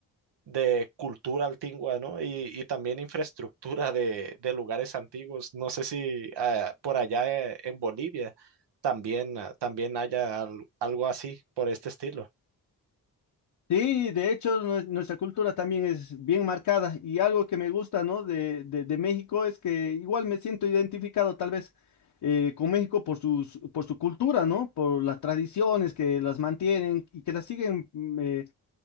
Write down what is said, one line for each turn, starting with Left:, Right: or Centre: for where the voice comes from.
Right: de cultura antigua, ¿no? Y, y también infraestructura de, de lugares antiguos. No sé si ah, por allá eh, en Bolivia también, ah, también haya al- algo así por este estilo.
Left: Sí, de hecho, nue- nuestra cultura también es bien marcada y algo que me gusta, ¿no? De, de- de México es que igual me siento identificado tal vez eh, con México por sus, por su cultura, ¿no? Por las tradiciones que las mantienen y que las siguen mm, eh,